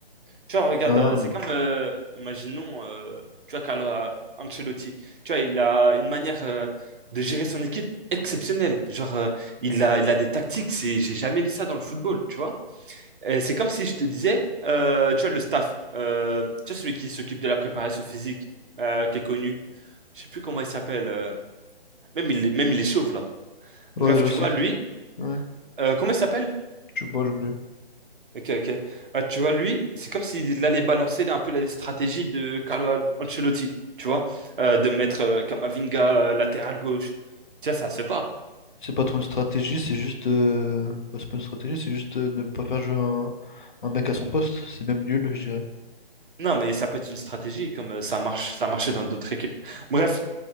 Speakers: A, on the right; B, on the left.
A: Tu vois, regarde,
B: Non.
A: euh, c'est comme, euh, imaginons, euh, tu vois, Carlo euh, Ancelotti, tu vois, il a une manière euh, de gérer son équipe exceptionnelle. Genre, euh, il a, il a des tactiques, c'est, j'ai jamais vu ça dans le football, tu vois. Et c'est comme si je te disais, euh, tu vois, le staff, euh, tu vois, celui qui s'occupe de la préparation physique, euh, qui est connu, je sais plus comment il s'appelle, euh, même il est, même il est chauve, là.
B: Ouais,
A: Bref,
B: je vois
A: tu
B: ce
A: vois,
B: que.
A: lui,
B: Ouais.
A: euh, comment il s'appelle?
B: Je sais pas, j'oublie.
A: Ok, ok. Ouais, tu vois, lui, c'est comme s'il allait balancer un peu la stratégie de Carlo Al- Ancelotti, tu vois, euh, de mettre euh, Camavinga euh, latéral gauche. Tu vois, ça se fait pas.
B: C'est pas trop une stratégie, c'est juste. euh, bah, c'est pas une stratégie, c'est juste euh, ne pas faire jouer un, un mec à son poste. C'est même nul, je dirais.
A: Non, mais ça peut être une stratégie, comme euh, ça marche, ça marchait dans d'autres équipes. Bref,